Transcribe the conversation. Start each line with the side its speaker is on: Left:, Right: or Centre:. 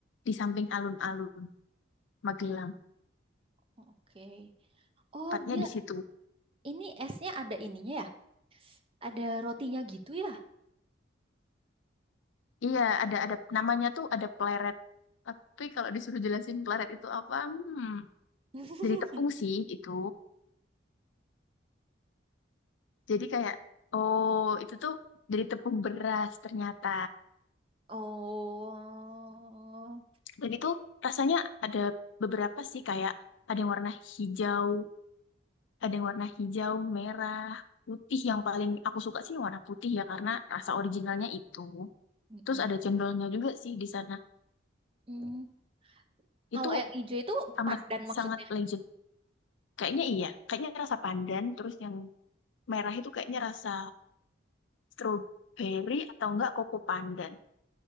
Left: di samping alun-alun Magelang.
Right: Oke. Oh,
Left: Tempatnya
Right: dia
Left: di situ.
Right: ini esnya ada ininya ya? Ada rotinya gitu ya?
Left: Iya, ada ada namanya tuh ada pleret. Tapi kalau disuruh jelasin pleret itu apa? Hmm,
Right: <laughs>
Left: dari tepung sih itu. Jadi kayak, oh itu tuh dari tepung beras ternyata.
Right: Oh.
Left: Dan itu rasanya ada beberapa sih kayak ada yang warna hijau, ada yang warna hijau, merah, putih. Yang paling aku suka sih warna putih ya karena rasa originalnya itu.
Right: Mm-mm.
Left: Terus ada cendolnya juga sih di sana.
Right: Mm. Kalau
Left: Itu
Right: yang hijau itu
Left: amat
Right: pandan maksudnya.
Left: sangat legend. Kayaknya iya, kayaknya rasa pandan. Terus yang merah itu kayaknya rasa strawberry atau enggak koko pandan.